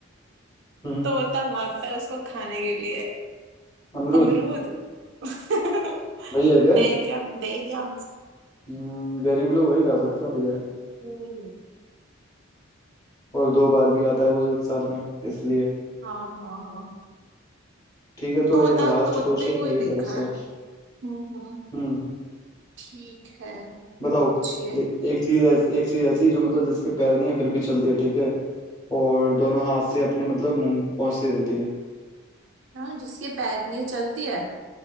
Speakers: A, on the left; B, on the right.
A: हम्म
B: तोता भागता है उसको खाने के लिए
A: अमरूद
B: अमरूद <laughs>
A: वही है क्या
B: दे ही दिया दे ही दिया
A: हम्म, गरीब लोग वही खा सकते हैं और क्या है
B: हम्म,
A: और दो बार भी आता है वो एक साल में इसलिए
B: हाँ हाँ हाँ
A: ठीक है तो
B: तोता
A: एक लास्ट
B: तोते
A: क्वेश्चन
B: को ही
A: मेरी
B: देखा
A: तरफ से
B: है हम्म हम्म
A: हम्म
B: ठीक है
A: बताओ
B: पूछिए
A: ले- एक चीज ऐसी एक चीज ऐसी जो मतलब जिसके पैर नहीं है फिर भी चलती है ठीक है और दोनों हाथ से अपने मतलब मुंह पहुंचती रहती है
B: हाँ जिसके पैर नहीं है चलती है